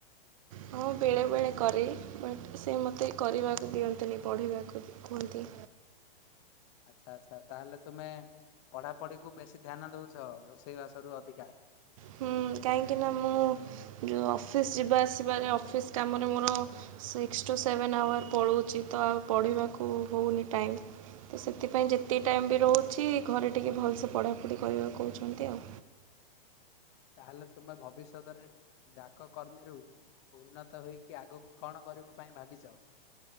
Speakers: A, on the right; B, on the left.
A: ହଁ ବେଳେବେଳେ କରେ ବଟ ସେ ମୋତେ କରିବାକୁ ଦିଅନ୍ତିନି ପଢ଼ିବାକୁ କୁହନ୍ତି।
B: ଆଚ୍ଛା ଆଚ୍ଛା ତାହଲେ ତୁମେ। ପଢାପଢି କୁ ବେଶୀ ଧ୍ୟାନ ଦଉଛ ରୋଷେଇବାସରୁ ଅଧିକା।
A: ହୁଁ କାହିଁକି ନା ମୁଁ ଯେଉ ଅଫିସ ଯିବା ଆସିବାରେ ଅଫିସ୍ କାମରେ ମୋର। ସିକ୍ସ ଟୁ ସେଭେନ୍ ଆୱାର୍ ପଳଉଛି ତ ଆଉ ପଢ଼ିବାକୁ ହଉନି ଟାଇମ୍। ତ ସେଥିପାଇଁ ଯେତିକି ଟାଇମ୍ ବି ରହୁଛି ଘରେ ଟିକେ ଭଲସେ ପଢ଼ାପଢ଼ି କରିବାକୁ କହୁଛନ୍ତି ଆଉ।
B: ତାହେଲେ ତୁମେ ଭବିଷ୍ୟତରେ ଡାକ କର୍ମୀରୁ। ଉନ୍ନତ ହୋଇକି ଆଗକୁ କଣ କରିବା ପାଇଁ ଭାବିଚ?